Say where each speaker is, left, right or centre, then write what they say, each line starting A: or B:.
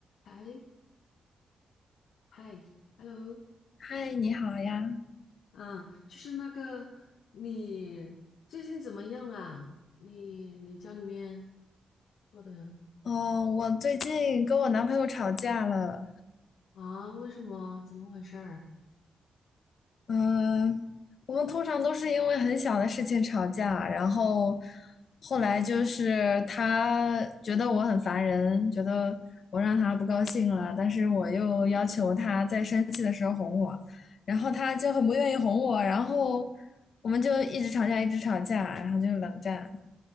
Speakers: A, on the left; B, on the left.
A: 嗨嗨，hello，
B: 嗨，你好呀。
A: 嗯，就是那个，你最近怎么样啊？你你家里面过得
B: 哦，我最近跟我男朋友吵架了。
A: 啊？为什么？怎么回事儿？
B: 嗯，我们通常都是因为很小的事情吵架，然后后来就是他觉得我很烦人，觉得我让他不高兴了，但是我又要求他在生气的时候哄我，然后他就很不愿意哄我，然后我们就一直吵架，一直吵架，然后就冷战。